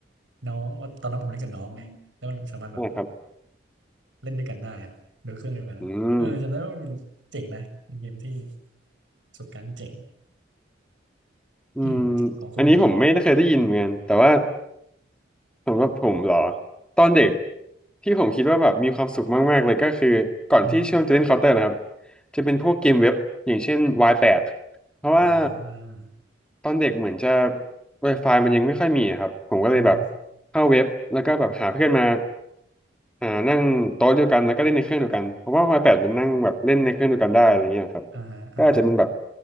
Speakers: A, on the right; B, in the centre.
A: น้องว่าตอนนั้นผมเล่นกับน้องไงแล้วมันสามารถแบบ
B: นะครับ
A: เล่นด้วยกันได้อะโดยเครื่องเดียวกันนะเออจำได้ว่ามันเจ๋งนะเป็นเกมที่
B: อืม
A: ประสบการณ์ที่เจ๋ง
B: อืม
A: อืมของคุณของคุณ
B: อันนี้ผมไม่ได้เคยได้ยินเหมือนกันแต่ว่า สำหรับผมเหรอตอนเด็กที่ผมคิดว่าแบบมีความสุขมากๆเลยก็คือก่อนที่ช่วงจะเล่นเคาน์เตอร์นะครับ
A: อือหอ
B: จะเป็นพวกเกมเว็บอย่างเช่นวายแปดเพราะว่า
A: ่า
B: ตอนเด็กเหมือนจะ Wi-Fi มันยังไม่ค่อยมีอะครับผมก็เลยแบบ
A: อือฮึอ
B: เข้าเว็บแล้วก็แบบหาเพื่อนมาอ่านั่งโต๊ะเดียวกันแล้วก็เล่นในเครื่องเดียวกันเพราะว่าวายแปดมันนั่งแบบเล่นในเครื่องเดียวกันได้อะไรเงี้ยครับ
A: ่าฮะอ่าฮะ
B: ก็อาจจะเป็นแบบ